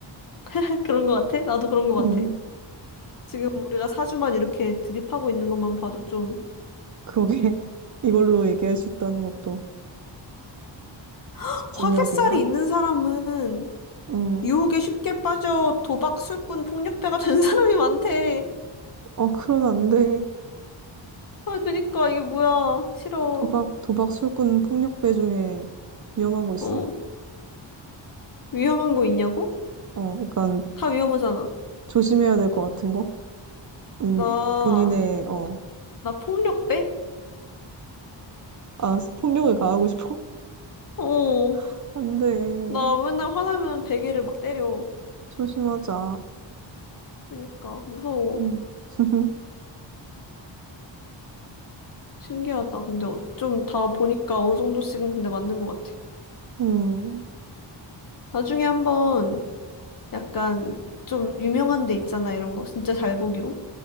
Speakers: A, on the left; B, on the right.
A: <laughs> 그런 거 같아? 나도 그런 거 같아.
B: 음,
A: 지금 우리가 사주만 이렇게 드립하고 있는 것만 봐도 좀,
B: 그러게 <laughs> 이걸로 얘기할 수 있다는 것도
A: 화개살이
B: 집중력인가?
A: 있는 사람은
B: 음,
A: 유혹에 쉽게 빠져 도박, 술꾼, 폭력배가 된 <laughs> 사람이 많대.
B: 어 그러면 안 돼.
A: 아, 그니까 이게 뭐야. 싫어.
B: 도박 도박 술꾼 폭력배 중에 위험한 거 있어?
A: 어, 위험한 거 있냐고?
B: 어, 약간
A: 다 위험하잖아.
B: 조심해야 될 것 같은 거? 음,
A: 나
B: 본인의 어,
A: 나 폭력배?
B: 아, 폭력을 가하고 싶어?
A: 어,
B: <laughs> 안 돼.
A: 나 맨날 화나면 베개를 막 때려.
B: 조심하자.
A: 그러니까 무서워.
B: 음. <laughs>
A: 신기하다. 근데 좀 다 보니까 어느 정도씩은 근데 맞는 것 같아.
B: 음,
A: 나중에 한번 약간 좀 유명한 데 있잖아, 이런 거. 진짜 잘 보기로.